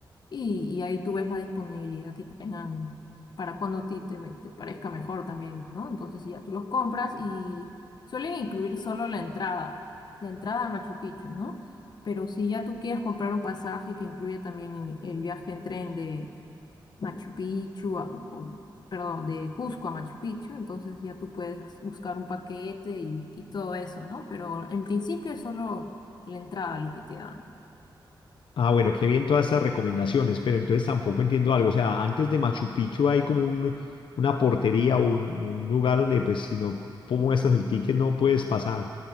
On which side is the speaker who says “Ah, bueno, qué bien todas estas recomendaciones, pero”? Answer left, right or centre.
Left